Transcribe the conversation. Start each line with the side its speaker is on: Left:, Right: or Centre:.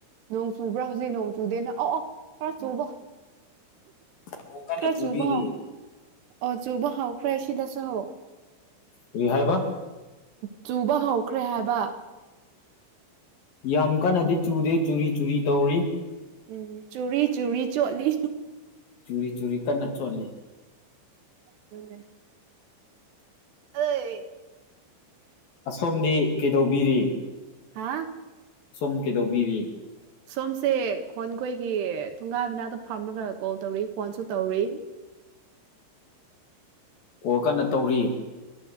Right: ꯅꯣꯡ ꯆꯨ ꯍꯧꯖꯤꯛ ꯅꯣꯡ ꯆꯨꯗꯦꯅ ꯑꯥ ꯑꯣ ꯈꯔ ꯆꯨꯕ
Left: ꯅꯣꯡ ꯀꯟꯅ
Right: ꯈꯔ
Left: ꯆꯨꯕꯤꯔꯤ
Right: ꯆꯨꯕ ꯍꯧ ꯑꯣ ꯆꯨꯕ ꯍꯧꯈ꯭ꯔꯦ ꯁꯤꯗꯁꯨ
Left: ꯀ꯭ꯔꯤꯍꯥꯏꯕ
Right: ꯆꯨꯕ ꯍꯧꯈ꯭ꯔꯦ ꯍꯥꯏꯕ
Left: ꯌꯥꯝ ꯀꯟꯅꯗꯤ ꯆꯨꯗꯦ ꯆꯨꯔꯤ ꯆꯨꯔꯤ ꯇꯧꯔꯤ
Right: ꯎꯝ ꯆꯨꯔꯤ ꯆꯨꯔꯤ ꯆꯣꯠꯂꯤ
Left: ꯆꯨꯔꯤ ꯆꯨꯔꯤ ꯀꯟꯅ ꯆꯣꯠꯂꯤ
Right: ꯗꯨꯅꯦ ꯑꯗꯦ
Left: ꯑꯁꯣꯝꯗꯤ ꯀꯩꯗꯧꯕꯤꯔꯤ
Right: ꯍꯥꯥ
Left: ꯁꯣꯝ ꯀꯩꯗꯧꯕꯤꯔꯤ
Right: ꯁꯣꯝꯁꯦ ꯈꯣꯟ ꯈꯣꯏꯒꯤ ꯊꯣꯡꯒꯟ ꯃꯅꯥꯛꯇ ꯐꯥꯝꯔꯒ ꯀꯣꯜ ꯇꯧꯔꯤ ꯐꯣꯟꯁꯨ ꯇꯧꯔꯤ
Left: ꯑꯣ ꯀꯟꯅ ꯇꯧꯔꯤ